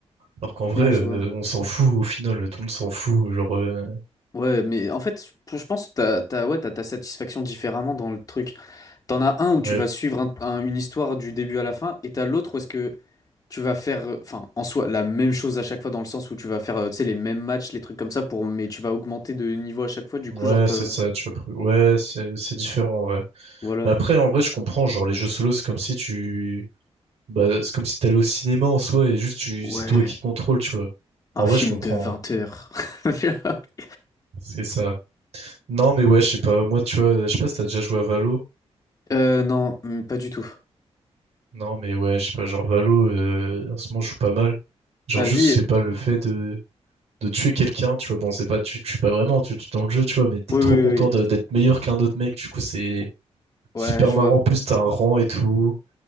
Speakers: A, on the right; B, on the left.
A: Alors qu'en vrai,
B: Ouais,
A: euh,
B: je vois.
A: on s'en fout, au final, tout le monde s'en fout, genre, euh,
B: Ouais, mais en fait, je je pense que t'as, t'as, ouais, t'as ta satisfaction différemment dans le truc. T'en as un où
A: ouais,
B: tu vas suivre un- un- une histoire du début à la fin, et t'as l'autre où est-ce que tu vas faire, euh, enfin, en soi, la même chose à chaque fois, dans le sens où tu vas faire, euh, tu sais, les mêmes matchs, les trucs comme ça, pour, mais tu vas augmenter de niveau à chaque fois, du
A: ouais,
B: coup, genre, te-
A: c'est ça, tu vois, ouais, c'est, c'est différent, ouais.
B: voilà.
A: Mais après, en vrai, je comprends, genre, les jeux solo, c'est comme si tu, Bah, c'est comme si t'allais au cinéma en soi et juste tu,
B: Ouais,
A: c'est toi qui contrôle, tu vois.
B: un
A: En
B: film
A: vrai, je comprends.
B: de vingt
A: hein.
B: heures. <laughs>
A: C'est ça. Non, mais ouais, je sais pas. Moi, tu vois, je sais pas si t'as déjà joué à Valo.
B: Euh, non, hum, pas du tout.
A: Non, mais ouais, je sais pas. Genre, Valo, euh, en ce moment, je joue pas mal. Genre,
B: Vas-y.
A: juste, c'est pas le fait de, de tuer quelqu'un, tu vois. Bon, c'est pas, tu tu tues pas vraiment, tu tues dans le jeu, tu vois, mais t'es
B: Oui,
A: trop
B: oui,
A: content
B: oui.
A: de- d'être meilleur qu'un autre mec. Du coup, c'est
B: oui. Ouais,
A: c'est hyper
B: je
A: marrant.
B: vois.
A: En plus, t'as un rang et tout.